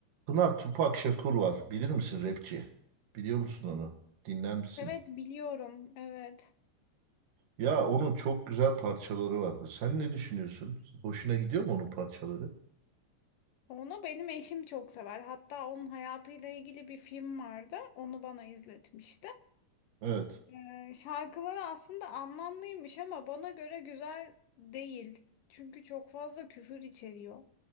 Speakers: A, on the right; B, on the left.
A: Pınar Tupak Shakur var. Bilir misin rapçi? Biliyor musun onu? Dinler misin?
B: Evet biliyorum. Evet.
A: Ya onun çok güzel parçaları vardı. Sen ne düşünüyorsun? Hoşuna gidiyor mu onun parçaları?
B: Onu benim eşim çok sever. Hatta onun hayatıyla ilgili bir film vardı. Onu bana izletmişti.
A: Evet.
B: Ee, Şarkıları aslında anlamlıymış ama bana göre güzel değil. Çünkü çok fazla küfür içeriyor.